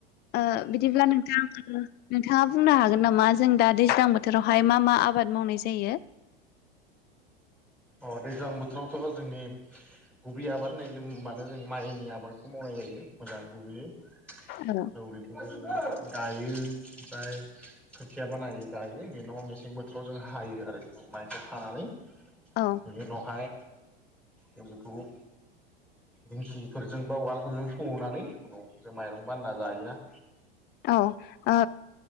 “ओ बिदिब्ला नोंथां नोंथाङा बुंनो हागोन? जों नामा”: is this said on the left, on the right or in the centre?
Left